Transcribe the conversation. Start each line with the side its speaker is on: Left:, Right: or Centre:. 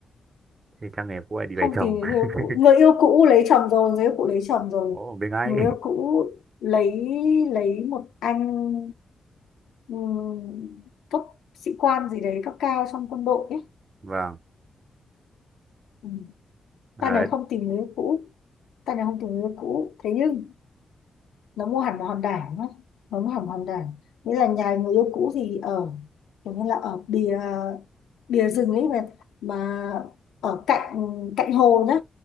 Right: Thì trang nghề cũ lại đi về
Left: không
Right: chồng.
Left: tìm đến người yêu
Right: <laughs>
Left: cũ người yêu cũ lấy chồng rồi người yêu cũ lấy chồng rồi
Right: Ồ, biết ngay.
Left: người yêu cũ lấy lấy một anh ừm, cấp sĩ quan gì đấy cấp cao trong quân đội ấy
Right: Vâng.
Left: ừ.
Right: À,
Left: ta này
Right: đấy.
Left: không tìm người yêu cũ ta này không tìm người yêu cũ thế nhưng nó mua hẳn một hòn đảo ấy. nó mua hẳn một hòn đảo nghĩa là nhà người yêu cũ thì ở kiểu như là ở bìa bìa rừng ấy mà mà ở cạnh cạnh hồ nhá